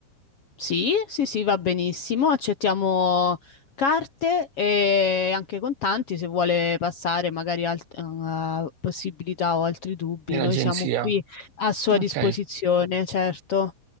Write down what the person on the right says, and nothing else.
In
agenzia?
Ok,